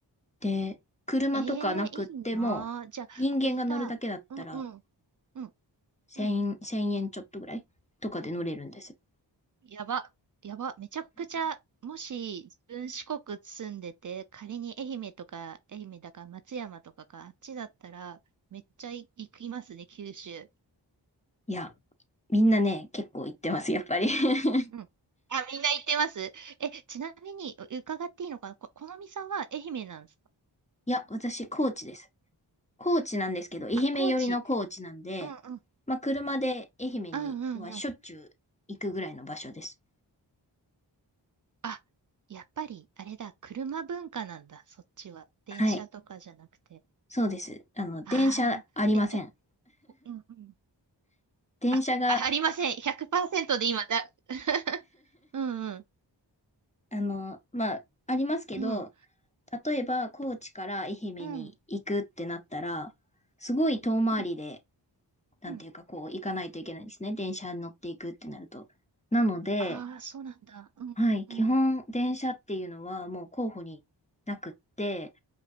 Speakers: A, on the left (about 15°); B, on the right (about 45°).
A: で、車とかなくっても、
B: ええいいなあ。じゃあ、
A: 人間が乗るだけだったら、
B: あれだ。うんうん。うん
A: 1000、
B: うん。
A: 円ちょっとぐらいとかで乗れるんですよ。
B: やば。やば。めちゃくちゃ、もし自分四国住んでて、仮に愛媛とか、愛媛だか松山とかか、あっちだったら、めっちゃい行きますね、九州。
A: いや、みんなね、結構行ってます、やっぱり。<laughs>
B: うん。あ、みんな行ってます。え、ちなみに、う伺っていいのかなこ、このみさんは愛媛なんですか
A: いや、私、高知です。高知なんですけど、愛媛寄りの高知なんで、
B: あ、高知。うんうん。
A: まあ、車で愛媛にはしょっちゅう行くぐらいの場所です。
B: うんうんうん。あ、やっぱり、あれだ。車文化なんだ、そっちは。電車とかじゃなくて。
A: はい。そうです。あの、電車ありません。
B: ああ、え、ちょ、うんうん。
A: 電車が
B: あ、あ、ありません。100%で今だ。<laughs> うんうん。
A: あの、まあ、ありますけど、
B: うん。
A: 例えば、高知から愛媛に行くってなったら、
B: うん。
A: すごい遠回りで、
B: うん。
A: なんていうか、
B: うん。
A: こう、行かないといけないんですね。電車に乗っていくってなると。なので、
B: ああ、そうなんだ。うん。
A: はい、基本、
B: うん。
A: 電車っていうのはもう候補になくって、